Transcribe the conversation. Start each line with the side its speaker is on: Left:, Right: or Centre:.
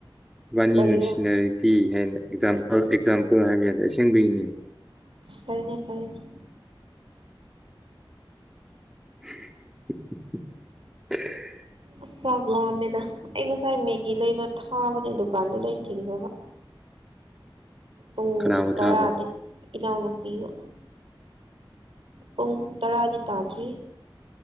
Centre: ꯏꯕꯥꯅꯤ
Right: ꯀꯔꯤꯔꯥ
Centre: ꯅꯨꯡꯁꯤꯅꯔꯤ ꯇꯤ ꯍꯥꯏꯅ ꯑꯦꯛꯖꯥꯝꯄꯜ ꯑꯦꯛꯖꯥꯝꯄꯜ ꯍꯥꯏꯕ ꯌꯥꯗꯦ ꯑꯁꯦꯡꯕꯩꯅꯤ
Right: <unintelligible>
Centre: <unintelligible>
Right: ꯑꯁ ꯆꯥꯛ ꯂꯥꯛꯑꯝꯃꯦꯗ ꯑꯩ ꯉꯁꯥꯏ ꯃꯦꯒꯤ ꯂꯩꯕ ꯊꯥꯕꯅꯦ ꯗꯨꯀꯥꯟꯗꯣ ꯂꯣꯏꯟ ꯊꯤꯡꯈ꯭ꯔꯕ ꯄꯨꯡ
Centre: ꯀꯅꯥꯕꯨ
Right: ꯇꯔꯥꯗꯤ
Centre: ꯊꯥꯕ
Right: ꯏꯅꯥꯎꯅꯨꯄꯤꯒ ꯄꯨꯡ ꯇꯔꯥꯗꯤ ꯇꯥꯗ꯭ꯔꯤ